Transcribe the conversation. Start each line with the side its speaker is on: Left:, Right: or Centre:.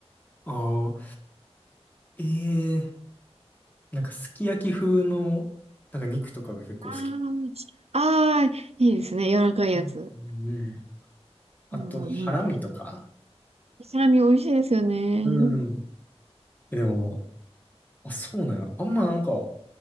Left: ああ、ええなんかすき焼き風の、なんか肉とかが結構好き。
Right: ああー、あーいいですね。柔らかいやつ。
Left: うんうんうん。あと、
Right: うんうんうんうん。
Left: ハラミとか。
Right: サラミ美味しいですよね。
Left: うん。でも、あ、そうなんや。あんまなんか、